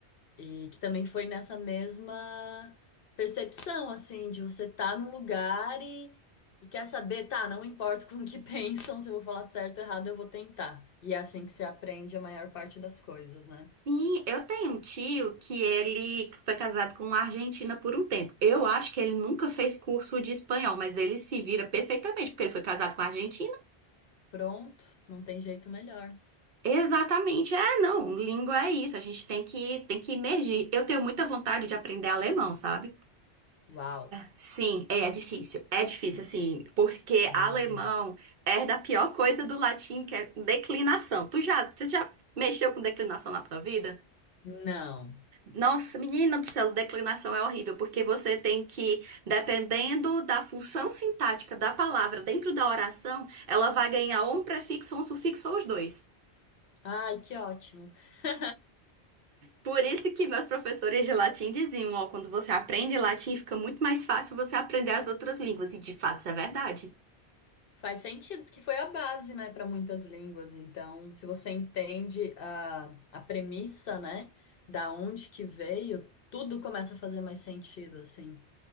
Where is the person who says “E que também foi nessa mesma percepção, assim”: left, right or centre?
Left